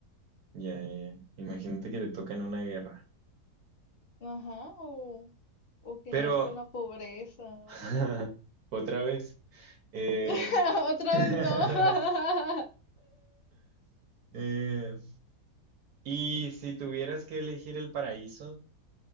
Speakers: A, on the right; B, on the left.
A: ya, ya. Imagínate que te toca en una guerra.
B: Ajá, o, o que
A: Pero,
B: nazco en la pobreza
A: <laughs>
B: o algo así.
A: otra vez, eh,
B: <laughs> Otra
A: <laughs>
B: vez no. <laughs>
A: eh, y si tuvieras que elegir el paraíso